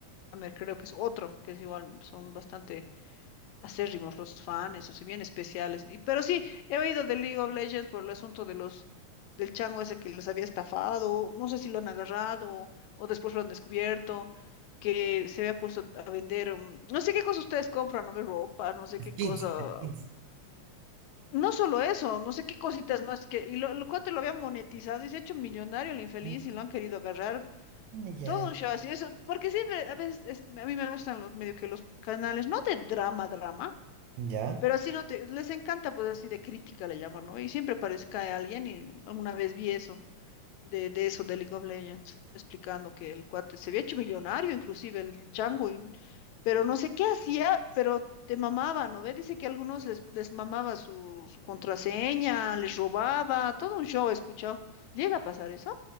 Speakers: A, on the left; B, on the right.
A: creo que es otro, que es igual, son bastante acérrimos los fans, o si bien especiales. Y, pero sí, he oído de League of Legends por el asunto de los del chango ese que los había estafado, no sé si lo han agarrado o después lo han descubierto, que se había puesto a vender, mm, no sé qué cosas ustedes compran, no ve ropa, no sé qué
B: Skins,
A: cosa,
B: skins.
A: no solo eso, no sé qué cositas más que, y lo, el cuate lo había monetizado y se ha hecho millonario el infeliz
B: Ah,
A: y lo han querido agarrar,
B: ya,
A: todo un show así, eso, porque sí, ve- a veces es- a mí me gustan los medio que los canales, no de drama, drama,
B: ya.
A: pero así no te, les encanta, pues así de crítica le llaman, ¿no? Y siempre parece que hay alguien y alguna vez vi eso, de, de eso, de League of Legends, explicando que el cuate se había hecho millonario, inclusive el chango, y- pero no sé qué hacía, pero te mamaba, ¿no? Ve, dice que a algunos les, les mamaba su, su contraseña, les robaba, todo un show he escuchado. ¿Llega a pasar eso?